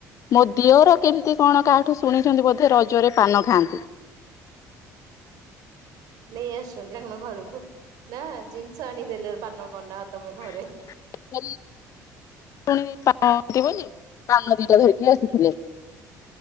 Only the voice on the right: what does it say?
ନେଇ ଆସୁଛନ୍ତି ତାଙ୍କ ଘରକୁ ନା ଜିନିଷ ଆଣିଦେଲେ ପାନ ପନା ତମେ ଘରେ